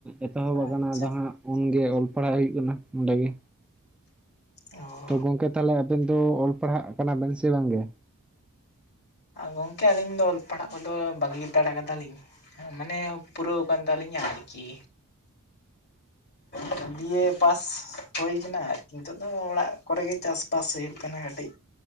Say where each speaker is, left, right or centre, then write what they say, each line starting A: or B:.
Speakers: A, in the centre; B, on the left (about 50°).
A: ᱮᱛᱚᱦᱚᱵ
B: ᱟᱪᱪᱷᱟ
A: ᱟᱠᱟᱱᱟ ᱟᱫᱚ ᱦᱟᱸᱜ ᱩᱱ ᱠᱷᱚᱡ ᱤᱭᱟᱹ ᱚᱞ ᱯᱟᱲᱦᱟᱜ ᱦᱩᱭᱩᱜ ᱠᱟᱱᱟ ᱚᱸᱰᱮ ᱜᱮ᱾
B: ᱚ
A: ᱛᱚ ᱜᱚᱝᱠᱮ ᱛᱟᱦᱚᱞᱮ ᱟᱵᱮᱱ ᱫᱚ ᱚᱞ ᱯᱟᱲᱦᱟᱜ ᱠᱟᱱᱟ ᱵᱮᱱ ᱥᱮ ᱵᱟᱝ ᱜᱮ?
B: ᱜᱚᱢᱠᱮ ᱟᱹᱞᱤᱧ ᱫᱚ ᱚᱞ ᱯᱟᱲᱦᱟᱜ ᱠᱚᱫᱚ ᱵᱟᱹᱜᱤ ᱦᱟᱛᱟᱲ ᱠᱟᱫᱟᱞᱤᱧ᱾ ᱢᱟᱱᱮ ᱯᱩᱨᱟᱹᱣ ᱠᱟᱱ ᱛᱟᱞᱤᱧᱟ ᱟᱨᱠᱤ᱾ ᱟᱫᱚ ᱵᱤᱭᱮ ᱯᱟᱥ ᱦᱳᱭ ᱠᱟᱱᱟ, ᱟᱨ ᱱᱤᱛᱚᱜ ᱫᱚ ᱚᱲᱟᱜ ᱠᱚᱨᱮᱜ ᱜᱮ ᱪᱟᱥ ᱵᱟᱥ ᱦᱩᱭᱩᱜ ᱠᱟᱱᱟ ᱠᱟᱹᱴᱤᱡ